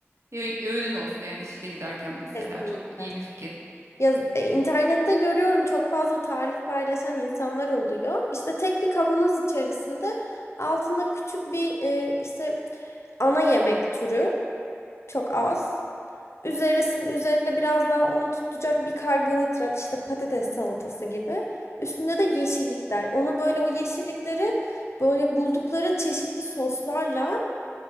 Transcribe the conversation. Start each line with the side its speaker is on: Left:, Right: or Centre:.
Right: Ö- Öğünün olsun yani işe giderken mesela.
Left: Kesinlikle.
Right: Çok iyi bir fikir.
Left: Ya, e, internette görüyorum çok fazla tarif paylaşan insanlar oluyor. İşte tek bir kavanoz içerisinde altında küçük bir e, işte ana yemek türü çok az. Üzerisinin üzerinde biraz daha onu tutacak bir karbonhidrat işte patates salatası gibi. Üstünde de yeşillikler. Onu böyle o yeşillikleri böyle buldukları çeşitli soslarla